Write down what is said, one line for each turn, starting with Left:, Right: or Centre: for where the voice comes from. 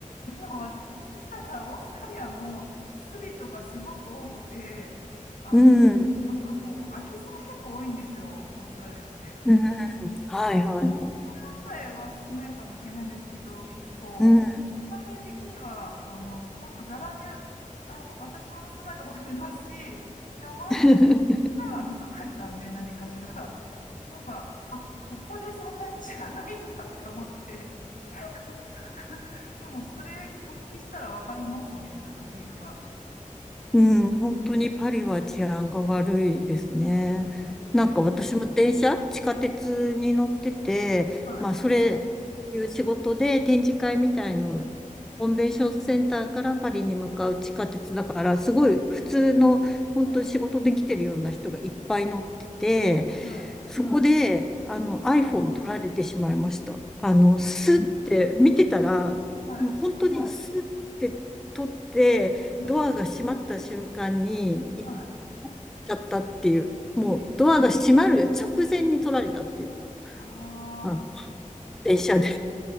Left: も私そしたら、オーストラリアもスリとかすごく多くて、あの、
Centre: うん、
Left: あと、こう、空き巣も結構多いんですよ、オーストラリアって。
Centre: うんはいはいはい。
Left: 柔軟剤は少ないかもしれないんですけど、結構、
Centre: うん。
Left: 柔軟剤的には、あの、本当ザラに、なんか私も盗まれたことありますし、なんか周りの
Centre: <laughs>
Left: 前は盗まれたんで、何かしら。なんか、あ、ここでそんなにじゃないんだって思って。<laughs> でも、それお聞きしたらわかりますね。なんか理由が。
Centre: うん、本当にパリは治安が悪いですね。
Left: で、
Centre: なんか私も電車、地下鉄に乗ってて、
Left: はい、
Centre: まあそれ、いう仕事で展示会みたいの、
Left: はい、
Centre: コンベンションセンターからパリに向かう地下鉄だから、すごい普通の、本当に仕事で来てるような人がいっぱい乗ってて、
Left: はい、はい、
Centre: そこで、あの、
Left: はい、
Centre: iPhone 取られてしまいました。あの、スッて見てたら、
Left: はい、
Centre: もう本当にスッて取って、
Left: はい。
Centre: ドアが閉まった瞬間に行っ
Left: は
Centre: ちゃったっていう、もうドアが閉まる直前に取られたっていうのが、
Left: いえー、ああ、
Centre: あ、電車で。